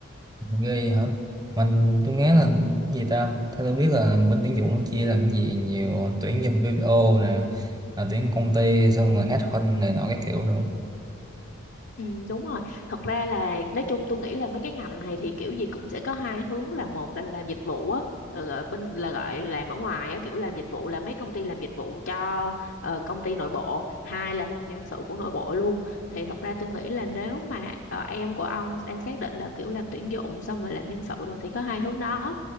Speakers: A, on the right; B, on the left.
A: ghê hả mình tôi nghe là gì ta theo tôi biết là bên tuyển dụng chia làm cái gì nhiều tuyển trong BPO nè à, tuyển công ty xong rồi headhunt này nọ các kiểu nữa
B: Ừ, đúng rồi. Thật ra là nói chung tôi nghĩ là mấy cái ngành này thì kiểu gì cũng sẽ có hai hướng là một là làm dịch vụ á là gọi bên là gọi làm ở ngoài á kiểu làm dịch vụ là mấy công ty làm dịch vụ cho ờ, công ty nội bộ hai là làm nhân sự của nội bộ luôn thì thật ra tôi nghĩ là nếu mà ờ, em của ông đang xác định là kiểu làm tuyển dụng xong rồi làm nhân sự rồi thì có hai hướng đó